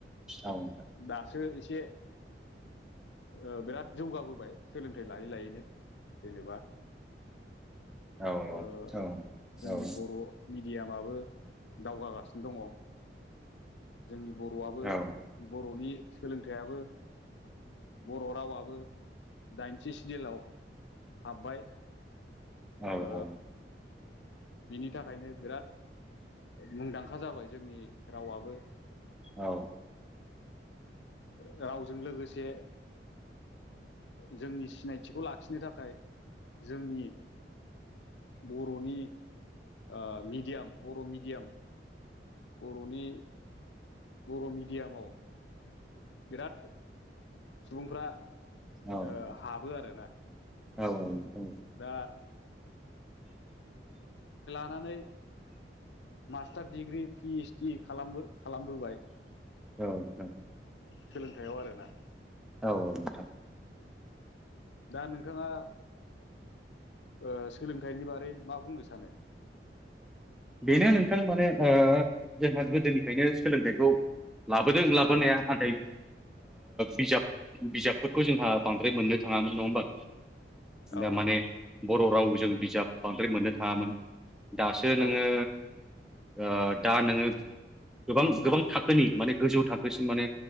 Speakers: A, in the centre; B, on the left.
A: औ नोंथां
B: दासो इस से बिराद जौगाबोबाय सोलोंथाइ लायै लायैनो जेनेबा
A: औ
B: ओ
A: औ औ नोंथां
B: जोंनि
A: औ
B: बर' मिडियामा बो दावगागासिनो दङ। जोंनि बर'वाबो
A: औ
B: बर'नि सोलोंथाइयाबो बर' रावाबो दाइनथि सिदिलाव हाबबाय।
A: औ
B: ओ
A: औ
B: बिनि थाखायनो बिराद मुंदांखा जाबाय जोंनि रावाबो
A: औ
B: रावजों लोगोसे जोंनि सिनायथिखौ लाखिनो थाखाय जोंनि बर'नि ओ मिडियाम बर' मिडियाम बर'नि बर' मिडियामाव बिराद सुबुंफ्रा
A: औ
B: ओ
A: औ
B: हाबो आरोना।
A: औ औ नोंथां
B: दा नानै मास्टार डिग्रि पि एइसडि खालामो खालामबोबाय।
A: औ औ
B: सोलोंथायाव आरोना
A: औ औ नोंथां
B: दा नोंथाङा ओ सोलोंथाइनि बारै मा बुंनो सानो?
A: बेनो नोंथां माने
B: हेल'
A: ओ जोंहा गोदोनिफ्रायनो सोलोंथाइखौ लाबोदों लाबोनाया
B: औ
A: आदै बिजाब बिजाबफोरखौ जोंहा बांद्राय मोननो थाङामोन नङा होमबा।
B: औ
A: दा माने बर' रावजों बिजाब बांद्राय मोननो थाङामोन दा नोङो
B: औ
A: ओ दा नोङो गोबां गोबां थाखोनि माने गोजौ थाखोसिम माने